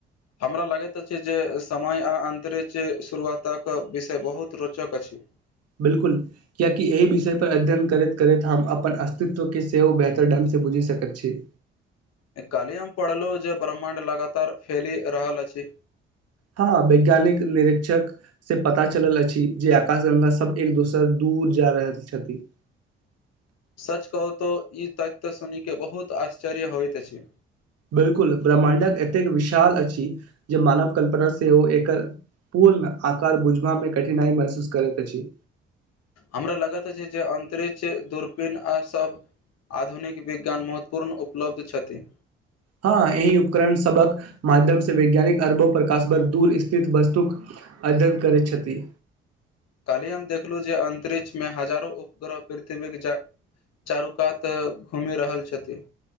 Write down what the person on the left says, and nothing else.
हमरा लागैत अछि जे समय आ अन्तरिक्ष शुरुआतक विषय बहुत रोचक अछि
कल्हि हम पढ़लहुँ जे ब्रह्माण्ड लगातार फैलि रहल अछि
सच कहूतहु ई तथ्य सुनिके बहुत आश्चर्य होइत अछि
हमरा लगैत अछि जे अन्तरिछ दूरपीन आ सब आधुनिक विज्ञान महत्वपूर्ण उपलब्ध छथि
काल्हि हम देखलो जे अन्तरिक्षमे हजारो उपग्रह पृथ्वीके चा चारू कात घूमि रहल छथि